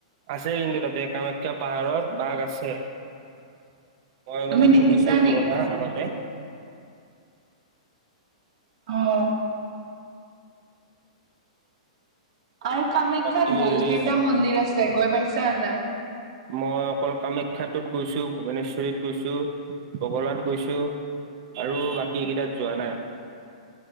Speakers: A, on the right; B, on the right.
A: আছে কিন্তু তাতে কামাখ্যা পাহাৰত বাঘ আছে।
B: <inaudible>
A: মই
B: তুমি
A: মানে
B: দেখিছা
A: শুনিছোঁ এইটো
B: নেকি?
A: কথা আগতে।
B: অহ। আৰু কামাখ্যাত
A: বাকী
B: বহু
A: হেৰি
B: কেইটা মন্দিৰ আছে গৈ পাইছানে নাই?
A: মই অকল কামাখ্যাটোত গৈছোঁ, ভূৱনেশ্বৰীত গৈছোঁ, বগলাত গৈছোঁ। আৰু বাকী কেইটাত যোৱা নাই।